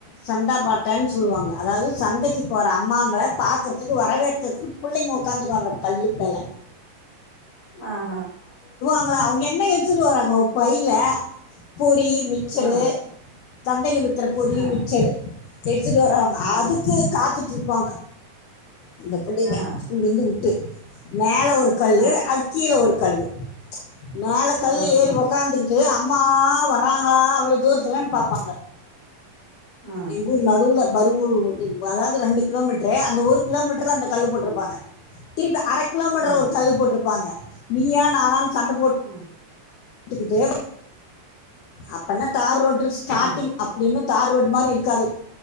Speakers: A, on the left; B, on the left.
A: சந்தா பாட்டன்னு சொல்லுவாங்க அதாவது சந்தைக்கு போற அம்மாங்களை பார்க்கறதுக்கு வர வரவேறதுக்கு பிள்ளைங்க உட்காந்துக்கு வம் கல்லு மேல
B: ஆஹ்ஹ
A: ா அவங்க என்ன எடுத்துட்டு வறாங்க பையில பூரி மிச்சரு
B: ஆ
A: சந்தைல வித்தற பொறி
B: ஆ
A: மிச்சரு எ வரவங்க
B: ஆ ஆ
A: அதுக்கு காத்துட்டு இருப்பாங்க அந்த பிள்ளைங்க
B: ஆ
A: ஸ்கூல்ல இருந்து வி மேல ஒரு கல்ல
B: ஆ
A: அது கீழே ஒரு கல்ல மேல கல்ல
B: ஆஹா
A: ஏறி ஒக் அம்மா வராங்களா அவ்வளவு தூரத்துலன்னு பார்ப்பாங்க
B: ஆ
A: எங்கூர் நடுவுல பரு அதாவது ரெண்டு கிலோமீட்ரு அந்த ஒரு கிலோமீட்டர்ல அந்த கல்ு போட்ருப்பாங்க திருப்பா அரை கிலோமீட்டர்
B: ஆ
A: ஒரு கல்ு போட்ருப்பாங்க நீயா நான சண்டை போட்டு
B: ஆ
A: க்கிட்டே அப்பனா தார் ரோட ஸ்டார்டிங்
B: ஆ
A: அப்படின்னு தார் ரோட் மாதிரி இருக்காது